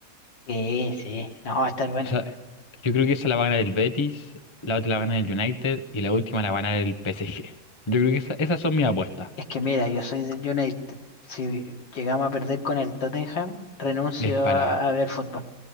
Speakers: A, on the left (about 60°); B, on the left (about 30°).
A: Sí, sí, no, va a estar bueno.
B: O sea, yo creo que esa la va a ganar el Betis, la otra la va a ganar el United y la última la va a ganar el PSG. Yo creo que esa- esas son mis apuestas.
A: Es que mira, yo soy del United. Si llegamos a perder con el Tottenham, renuncio
B: Es para,
A: a, a ver fútbol.